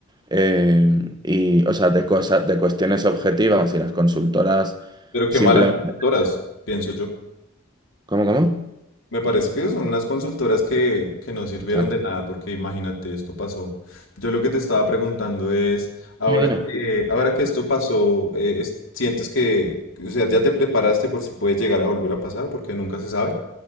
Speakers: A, on the right; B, on the left.
A: eh, y, o sea, de cosas, de cuestiones objetivas y las consultoras
B: Pero
A: simplemente...
B: qué malas consultoras, pienso yo.
A: ¿Cómo, cómo?
B: Me parece que son unas consultoras que, que no sirvieron
A: Claro.
B: de nada, porque imagínate, esto pasó. Yo lo que te estaba preguntando es, ahora
A: Dime,
B: que,
A: dime.
B: ahora que esto pasó, eh, es- ¿sientes que, o sea, ya te preparaste por si puede llegar a volver a pasar? Porque nunca se sabe.